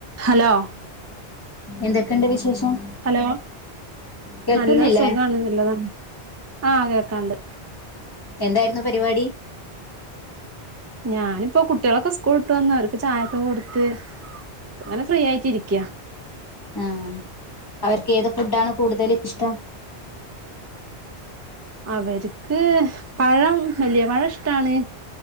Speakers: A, on the right; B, on the left.
A: Hello
B: എന്തക്കെണ്ട് വിശേഷം?
A: Hello
B: കേൾക്കുന്നില്ലേ
A: നല്ല സുഖാണ് നല്ലത് ആഹ് കേക്കാണ്ട്.
B: എന്തായിരുന്നു പരിപാടി
A: ഞാനിപ്പൊ കുട്ടീളൊക്കെ സ്കൂൾട്ട് വന്ന് അവർക്ക് ചായൊക്കെ കൊടുത്ത് ങ്ങന ഫ്രീ ആയിറ്റിരിക്ക
B: ആഹ് അവർക്ക് ഏത് ഫുഡ്ഡാണ് കൂടുതല് ഇഷ്ടം
A: അവര്ക്ക് പഴം വല്യെ പഴം ഇഷ്ടാണ്